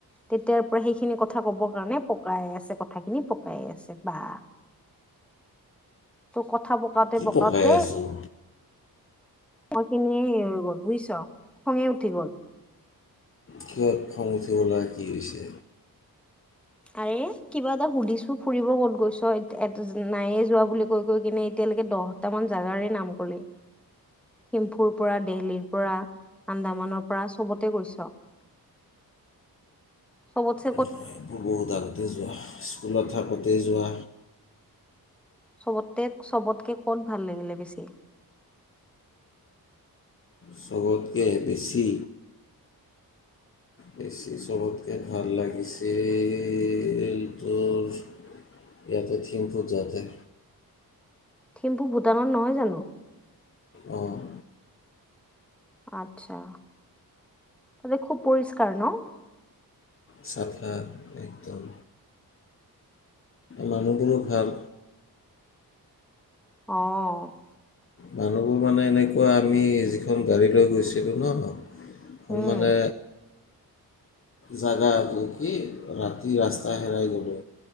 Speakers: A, in the centre; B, on the left.
A: তেতিয়াৰ পৰা সেইখিনি কথা কব কাৰণে পকাই আছে কথাখিনি, পকাই আছে বা কথা পকাতে-
B: কি
A: পকাওতে,
B: পকাই আছোঁ
A: মই খিনিয়ে হে হৈ গল বুজিছ, খঙে উঠি গল।
B: কিয় খং উঠিব লগা কি হৈছে?
A: আৰে কিবা এটা সুধিছো ফুৰিব ক'ত গৈছ এ', নায়য়ে যোৱা বুলি কৈ কৈ কিনে এতিয়ালৈকে দহটামান জোগাৰে নাম কলি, থিমফুৰ পৰা দেহলিৰ পৰা আন্দামানৰ পৰা চবতে গৈছ, চবত,
B: এইবোৰ বহুত আগতে যোৱা স্কুলত থাকোঁতে যোৱা।
A: চবতে- চবতকে কত ভাল লাগিলে বেছি?
B: চবতকে বেছি? বেছি চবতকৈ ভাল লাগিছিল তোৰ ইয়াতে থিমফুট যাওঁতে।
A: থিম্পু ভূটানত নহয় জানো?
B: অহ ',
A: আচ্ছা তাতে খুব পৰিষ্কাৰ ন',?
B: চাফা একদম। মানুহ খিনিও ভাল।
A: অ',
B: মানুহবোৰ মানে এনেকুৱা আমি যিখন গাড়ী লৈ গৈছিলোঁ নহ',
A: উম
B: মানে, জাগাটো কি, ৰাতি ৰাস্তা হেৰাই গলো,